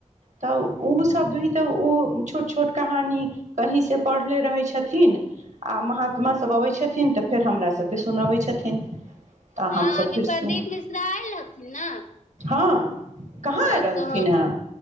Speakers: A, on the right (about 65°); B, on the left (about 80°).
A: तऽ ओ सब भी तऽ ओ छोट छोट कहानी कहींसँ पढ़ले रहै छै छथिन आ महात्मा सब अबै छथिन तऽ फेर हमर सभके सुनबै छथिन तऽ
B: हँ
A: हमसब
B: अभी
A: फेर
B: प्रदीप मिश्रा आयल हखन ने
A: हँ कहाँ
B: हँ
A: आय रहलखिन
B: तो
A: हेँ